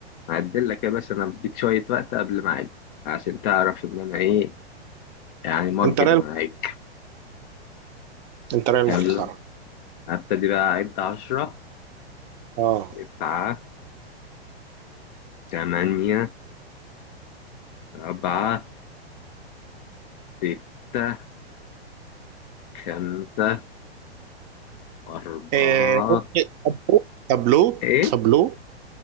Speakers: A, on the left (about 50°); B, on the right (about 40°).
A: هعدل لك يا باشا انا بديك شوية وقت قبل ما اعد عشان تعرف ان انا ايه يعني موجب
B: انت راجل
A: معاك
B: انت راجل
A: يلا
B: محترم
A: هبتدي بقى اعد عشرة
B: اه
A: تسعة تمانية سبعة ستة خمسة أربعة
B: إيه، طابلو طابلو
A: إيه
B: طابلو